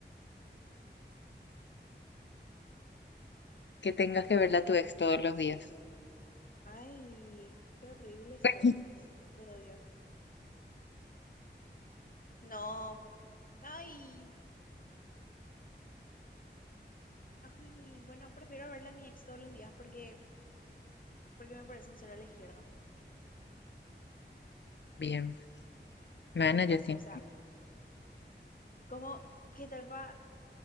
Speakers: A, on the left; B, on the left.
A: que tengas que verla a tu ex todos los días.
B: Ay, qué horrible sos.
A: <laughs>
B: Te odio. No, ay, ay, bueno, prefiero verle a mi ex todos los días porque, porque me parece un cero a la izquierda.
A: Bien. Bueno,
B: Ni caso,
A: yo Sí,
B: o sea. ¿Cómo? ¿Qué tal pa?